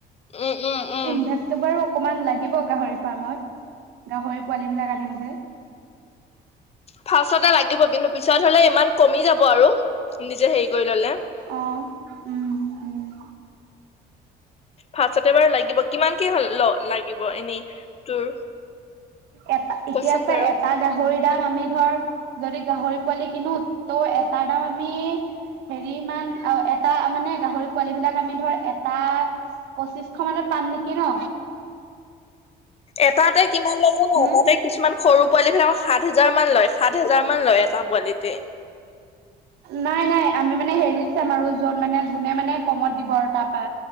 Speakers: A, on the left (about 35°); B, on the right (about 80°).
A: উম উম উম।
B: ইনভেষ্ট বাৰু অকমান লাগিব গাহৰি ফাৰ্মত গাহৰি পোৱালী বিলাক আনিম যে।
A: ফাৰ্ষ্টতে লাগিব কিন্তু পিছত হলে ইমান কমি যাব আৰু নিজে হেৰি কৰি ললে।
B: অ উম হম।
A: ফাৰছতে বাৰু লাগিব কিমান কি ল লাগিব এনে তোৰ
B: এটা এতিয়া
A: কচোন
B: চা
A: বাৰু
B: এটা গাহৰি আমি ধৰ যদি গাহৰি পোৱালি কিনোত ত' এটাৰ দাম আমি হেৰিমান এটা মানে গাহৰি পোৱালি বিলাক আমি ধৰ এটা পঁচিশশ মানত পাম নেকি ন।
A: এটাতে। কিমান লয় জান
B: হুম?
A: তাতে কিছুমান সৰু পোৱালি ফিল সাত হেজাৰ মান লয় সাত হেজাৰ মান লয় এটা পোৱালিতে।
B: নাই নাই আমি মানে হেৰিত চাম আৰু য'ত মানে যোনে মানে কমত দিব আৰু তাৰপা